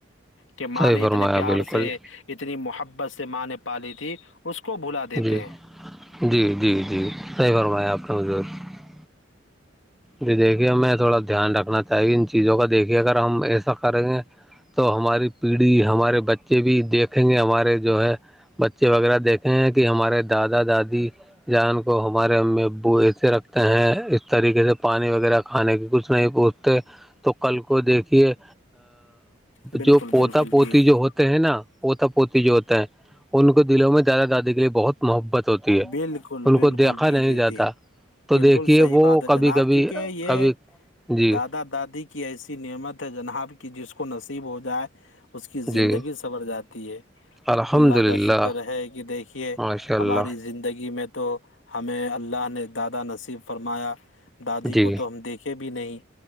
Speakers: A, on the left (about 70°); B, in the centre.
A: کہ ماں
B: صحیح
A: نے
B: فرمایا
A: اتنے پیار
B: بالکل
A: سے اتنی محبت سے ماں نے پلی تھی اس کو بھلا دیتے
B: جی
A: ہیں
B: جی جی جی صحیح <unintelligible> جی دیکھیے ہمیں تھوڑا دھیان رکھنا چاہیے ان چیزوں کا دیکھیے اگر ہم ایسا کریں گے تو ہماری پیڑھی ہمارے بچے بھی دیکھیں گے ہمارے جو ہے بچے وغیرہ دیکھے ہیں کہ ہمارے دادا دادی جان کو ہمارے امی ابو ایسے رکھتے ہیں اس طریقے سے پانی وغیرہ کھانے کی کچھ نہیں پوچھتے تو کل کو دیکھیے
A: بالکل
B: جو پوتا
A: بالکل
B: پوتی
A: جی
B: جو
A: جی
B: ہوتا ہیں نا پوتا پوتی جو ہوتا ہیں ان کو دلوں میں دادا دادی کے لیے بہت محبت ہوتی ہے
A: بالکل
B: ان
A: بالکل
B: کو دیکھا
A: جی
B: نہیں
A: جی
B: جاتا
A: جی
B: تو
A: بالکل
B: دیکھیے
A: صحیح
B: وہ
A: بات ہے
B: کبھی
A: جناب
B: بھی
A: کیونکہ یہ
B: کبھی جی
A: دادا دادی کی ایسی نعمت ہے جناب کی جس کو نصیب ہو جائے اس کی زندگی
B: جی
A: سور جاتی ہے
B: الحمد
A: اللہ کا
B: للہ
A: شکر ہے کہ دیکھیے
B: ماشاء اللہ
A: ہماری زندگی میں تو ہمیں اللہ نے دادا نصیب فرمایا دادی
B: جی
A: کو تو ہم دیکھے بھی نہیں